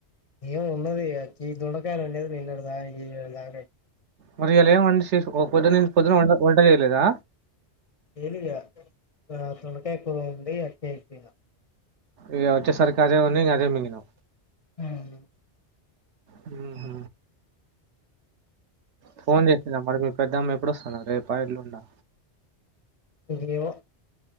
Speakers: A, on the left; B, on the right.
A: ఏమో ఉన్నది ఇగ గీ దొండకాయలు అండింది నిన్నటిదా ఈ రోజుదాక
B: మరి ఇయాలా ఎం వంట చేస్ ఓ పొద్దుంచి పొద్దున వంట వంట చేయలేదా.
A: చేయలే ఇగా ఆ దొండకాయ కూరుంది అట్నే తిన్నా.
B: ఇగ వచ్చేసరికి అదే ఉంది ఇగ అదే మింగినవు.
A: అవును.
B: ఉహ్ ఫోన్ చేసిందా మరి మీ పెద్దమ్మ ఎప్పుడు వస్తున్నది రేపా ఎల్లుండా.
A: ఏమో